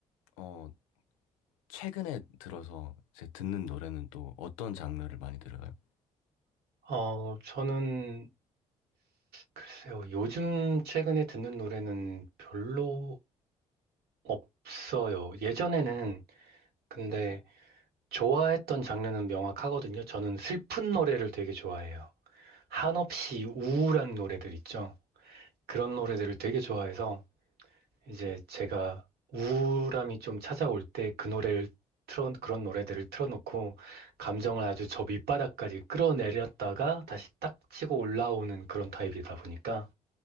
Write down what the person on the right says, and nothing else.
어, 저는 글쎄요. 요즘 최근에 듣는 노래는 별로 없어요. 예전에는 근데 좋아했던 장르는 명확하거든요. 저는 슬픈 노래를 되게 좋아해요. 한없이 우울한 노래들 있죠. 그런 노래들을 되게 좋아해서 이제 제가 우울함이 좀 찾아올 때 그 노래를 틀어, 그런 노래들을 틀어놓고 감정을 아주 저 밑바닥까지 끌어내렸다가 다시 딱 치고 올라오는 그런 타입이다 보니까